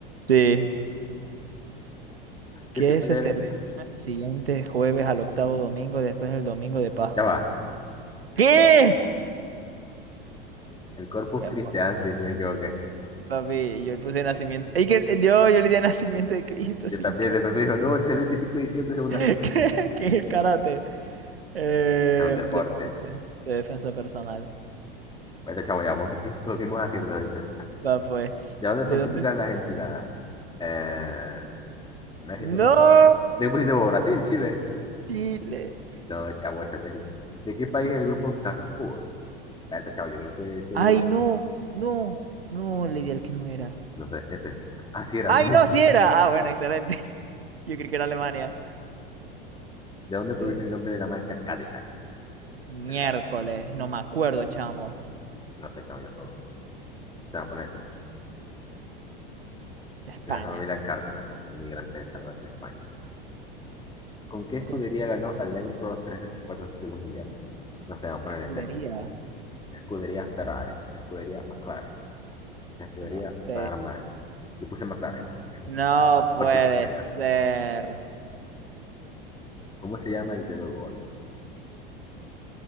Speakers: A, on the right; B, on the left.
A: Sí. ¿Qué
B: ¿Qué se celebra?
A: es este
B: el-
A: el siguiente jueves al octavo domingo después del domingo de Pascua?
B: Ya va.
A: ¿Qué?
B: El Corpus
A: Ya,
B: Christi,
A: pa-
B: ah, sí, yo me equivoqué.
A: Papi, yo le puse nacimiento. Ey, que, yo, yo le di nacimiento de Cristo
B: Yo
A: sin
B: también,
A: querer.
B: después me dijo, no, ese es el 25 de diciembre según
A: <laughs>
B: la gente.
A: ¿Qué qué es el karate? Eh,
B: Es un deporte.
A: un deporte de defensa personal.
B: Ahorita, chamo, llevamos y mismos aciertos, ¿viste?
A: Va, pues.
B: ¿De dónde
A: ¿De
B: son
A: dónde?
B: típicas las enchiladas? Eh, México, ¿no?
A: ¡No!
B: ¿De qué pusiste vos? ¿Brasil? ¿Chile?
A: Chile.
B: No, chavo, ese es México. ¿De qué país es el grupo Carrefour? Espérate, chavo, yo creo que eso
A: ¡Ay,
B: es,
A: no! No, no, le di al que no era.
B: no sé, este. Así era.
A: ¡Ay, no,
B: <laughs>
A: sí era! Ah, bueno, excelente. <laughs> Yo creí que era Alemania.
B: ¿De dónde proviene
A: ¿De dónde?
B: el nombre de la marca Cadillac?
A: Miércoles,
B: De la-
A: no me acuerdo, chamo.
B: No sé, chavo, yo juego. O sea, poner esto.
A: España.
B: De la familia Cadillac, emigrantes de Tarrasa, España. ¿Con qué escudería
A: ¿Con
B: ganó Alain Prost tres de sus cuatro títulos mundiales? No sé, vamos a poner
A: qué
B: este.
A: sería?
B: Escudería Ferrari, escudería McLaren, escudería
A: No sé.
B: Barman. Y puse McLaren,
A: No puede
B: porque no lo tenía.
A: ser.
B: ¿Cómo se llama el dedo gordo?